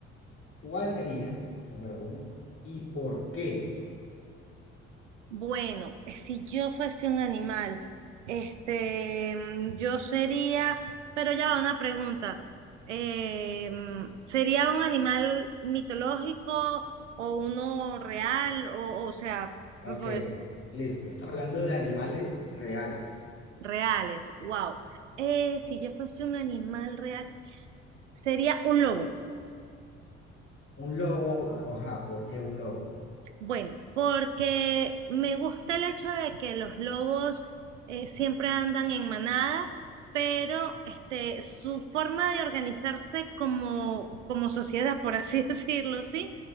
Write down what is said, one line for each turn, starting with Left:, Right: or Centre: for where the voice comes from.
Left: ¿cuál serías? Número uno, ¿y por qué?
Right: Bueno, eh, si yo fuese un animal, este, mm, yo sería, pero ya va una pregunta. Eh, mm, ¿sería un animal mitológico o uno real? O, o sea,
Left: Ah, Ok,
Right: pues,
Left: listo. Hablando de animales reales.
Right: reales, wow. Eh, si yo fuese un animal real, sería un lobo.
Left: Un lobo, ajá, ¿por qué un lobo?
Right: Bueno, porque me gusta el hecho de que los lobos eh, siempre andan en manada, pero este, su forma de organizarse como, como sociedad, por así <laughs> decirlo, ¿sí?